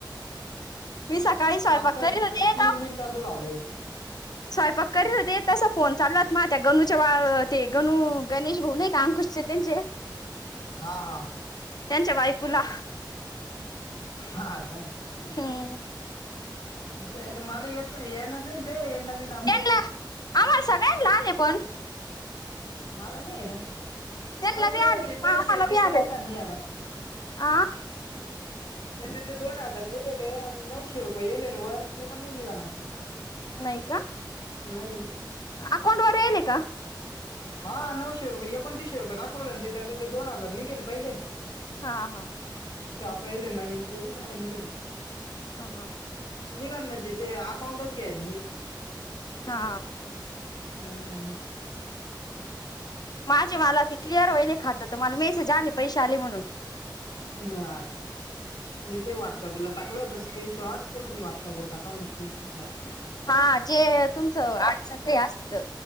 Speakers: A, on the left; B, on the left.
A: मी सकाळी स्वयंपाक
B: आता
A: करीत
B: शिकत
A: होते
B: तीन
A: का
B: मिनिटाचं झालंय
A: स्वयंपाक करीत होते तसं फोन चालू आहेत मा त्या गणूच्या बाळ ते गणू गणेश भाऊ नाही का अंकुशचे त्यांचे
B: हा हा
A: त्यांच्या बायकोला
B: हा का
A: हम्म.
B: च्या आयला मला येत नाही येईनाच ते नवीन अपडेट
A: त्यांना <unintelligible> आले पण
B: मला नाही आहे ना
A: त्यांना
B: नाही
A: बी
B: तेवढे
A: आले
B: ते पैसे
A: आम्हाला
B: ते
A: बी आले
B: पण निघाल नाही आता
A: आ
B: त्याच्यातले दोन हजार निघाले आणि नऊशे रुपये यायले ना वर ते पण नाही निघना
A: नाही का
B: नाही
A: अकाउंट वर येईल का
B: हा नऊशे रुपये एकोणतीसशे रुपये दाखवले आणि ते त्याच्यातले दोन हजार निघाले पहिले
A: हा हा.
B: पहीले नवीन ते आणि दहा निघाली
A: हा हा
B: निघा म्हणजे ते अकाउंटच घ्या ना नाही
A: हा.
B: हम्म
A: माझे मला ते क्लिअर वईले खात तर मला मेसेज आले पैसे आले म्हणून
B: <unintelligible> मी ते व्हॉट्सअपला टाकलं होत स्क्रीनशॉट ते म्हणे व्हॉट्सअपवर टाका म्हणे स्क्रीनशॉट
A: हा जे तुमचं आठ सक असत